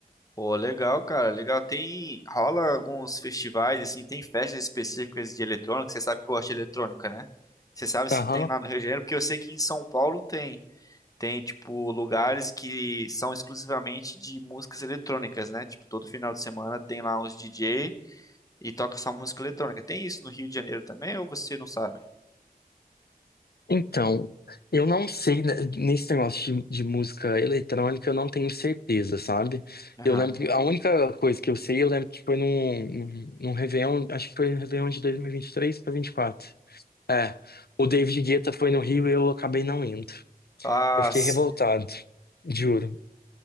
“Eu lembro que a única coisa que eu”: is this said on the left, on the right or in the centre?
Left